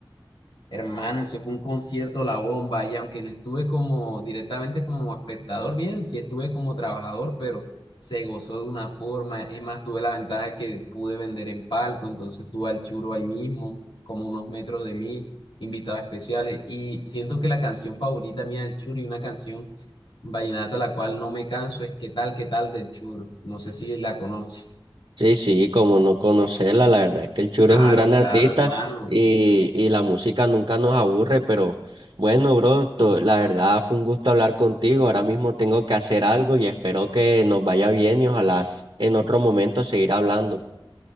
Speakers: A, on the left (about 70°); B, on the right (about 60°).
A: Hermano, eso fue un concierto la bomba y aunque no estuve como directamente como espectador, bien, sí estuve como trabajador, pero se gozó de una forma. Es más, tuve la ventaja que pude vender en palco, entonces tuve al Churo ahí mismo, como unos metros de mí, invitados especiales. Y siento que la canción favorita mía del Churo y una canción vallenata la cual no me canso es ¿Qué tal, qué tal del Churo? No sé si la conoces.
B: Sí, sí, como no conocerla, la verdad es que el Churo
A: Claro,
B: es un gran
A: claro,
B: artista
A: hermano.
B: y, y la música nunca nos aburre, pero bueno, bro, to- la verdad fue un gusto hablar contigo. Ahora mismo tengo que hacer algo y espero que nos vaya bien y ojalá s- en otro momento seguir hablando.